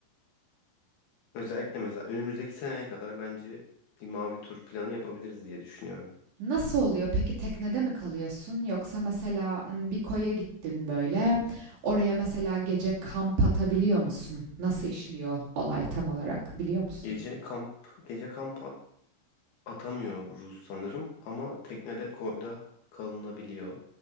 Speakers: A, on the left (about 65°); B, on the right (about 55°).
A: Özellikle mesela önümüzdeki seneye kadar bence bir mavi tur planı yapabiliriz diye düşünüyorum.
B: Nasıl oluyor? Peki teknede mi kalıyorsun? Yoksa mesela m, bir koya gittin böyle. Oraya mesela gece kamp atabiliyor musun? Nasıl işliyor olay tam olarak biliyor musun?
A: Gece kamp, gece kamp at- atamıyoruz sanırım ama teknede koyda kalınabiliyor.